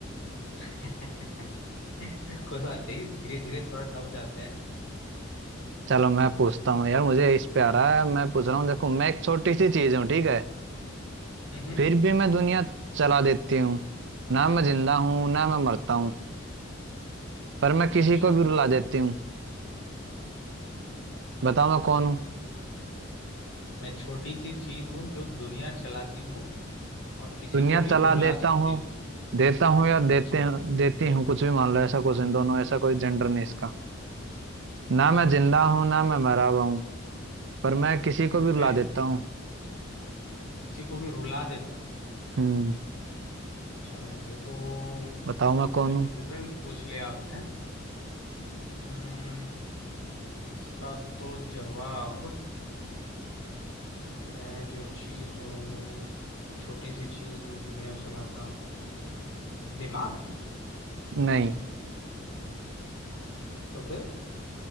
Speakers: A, on the left; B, on the right.
A: <laughs> कोई बात नहीं धीरे धीरे थोड़ा टफ जाते हैं
B: चलो मैं पूछता हूँ यार मुझे इस पे आ रहा है मैं पूछ रहा हूँ देखो मैं एक छोटी सी चीज हूँ ठीक है
A: हम्म
B: फिर भी मैं दुनिया चला देती हूँ ना मैं जिंदा हूँ ना मैं मरता हूँ पर मैं किसी
A: अच्छा
B: को भी रुला देती हूँ बताओ मैं कौन हूँ
A: मैं छोटी सी चीज हूँ जो दुनिया चलाती हूँ और किसी
B: दुनिया
A: को भी
B: चला
A: रुला
B: देता
A: सकती
B: हूँ
A: हूँ
B: देता हूँ या देते
A: अच्छा
B: देती हूँ कुछ भी मान लो ऐसा कुछ इन दोनों ऐसा कोई जेंडर नहीं इसका ना
A: अच्छा
B: मैं जिंदा हूँ ना मैं मरा हुआ हूँ पर मैं किसी को
A: ओके
B: भी रुला देता हूँ
A: किसी को भी रुला देता हूँ
B: हम्म
A: अच्छा ये तो
B: बताओ
A: काफी
B: मैं कौन हूँ
A: डिफिकल्ट पूछ लिया आपने हम्म इसका तो जवाब मैं जो चीज हूँ छोटी सी चीज हूँ दुनिया चलाता हूँ दिमाग
B: नहीं
A: तो फिर